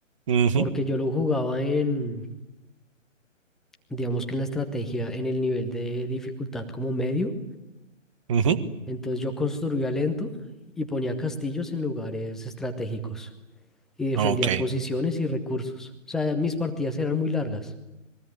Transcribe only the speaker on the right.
Ujú,
ujú.
Ok.